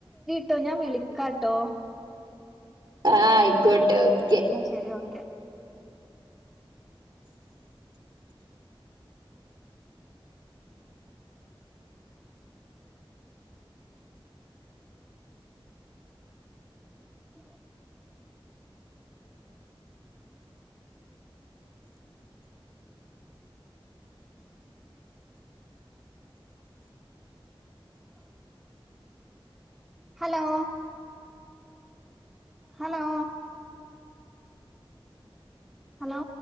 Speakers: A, in the centre; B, on the right (about 60°).
A: ട്ടോ ഞാൻ വിളിക്കാട്ടോ
B: ആഹ് ആയിക്കോട്ടെ ഓക്കെ
A: എന്നാ ശരി ഓക്കെ ഉ ഹലോ ഹലോ ഹലോ